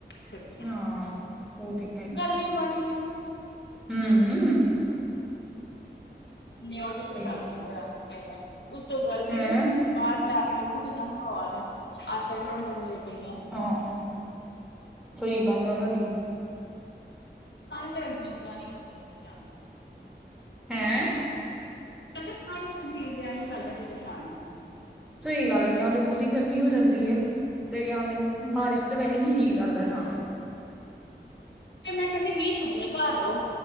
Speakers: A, on the left; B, in the centre.
A: ਛੁੱਟੀਆਂ,
B: ਹਾਂ ਉਹ ਤੇ
A: ਗਰਮੀ ਬੜੀ ਆ।
B: ਹਮ।
A: ਨ ਉਹ ਵੀ
B: ਸਹੀ
A: ਤੇ ਲੱਗਦੇ ਰਾਖ ਉਤੋਂ ਗਰਮੀ
B: ਹੈਂ
A: ਵੀ ਬਾਹਰ ਜਾ ਕੇ ਵਖੋ ਕਿੰਨਾ ਬੁਰਾ ਹਾਲ ਐ ਅੱਠ-ਅੱਠ ਘੰਟੇ ਦੀ ਵੇਟਿੰਗ ਆ।
B: ਹਾਂ, ਸਹੀ ਗੱਲ ਆ ਤੁਹਾਡੀ।
A: ਤਾਂਹੀ ਮੇਰਾ ਜੀ ਜਾ ਨੀ ਕਰਦਾ ਜਾਣ ਨੂੰ।
B: ਹੈਂ
A: ਕਹਿੰਦੇ ਤਾਂਹੀ ਮੇਰਾ ਜੀਅ ਜੀਆ ਨੀ ਕਰਦਾ ਕਿਤੇ ਜਾਣ ਨੂੰ।
B: ਸਹੀ ਗੱਲ ਹੈ ਜਾਂਦੇ ਬਹੁਤੀ ਗਰਮੀ ਹੋ ਜਾਂਦੀ ਹੈ, ਤੇ ਜਾਂ ਦੇ ਬਾਰਿਸ਼ ਤਾਂ ਵੈਸੇ ਨੀ ਜੀ ਕਰਦਾ ਜਾਣ ਨੂੰ।
A: ਫਿਰ ਮੈਂ ਕਹਿੰਦੀ ਵੀਹ ਛੁੱਟੀ ਆ ਘਰ ਰਹੋ,